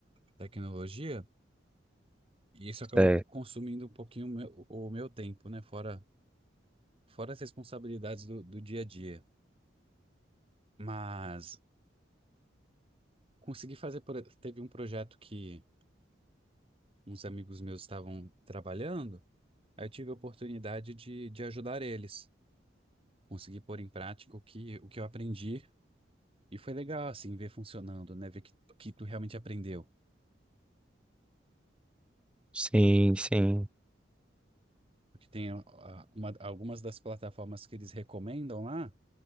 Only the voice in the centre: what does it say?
É,
sim, sim,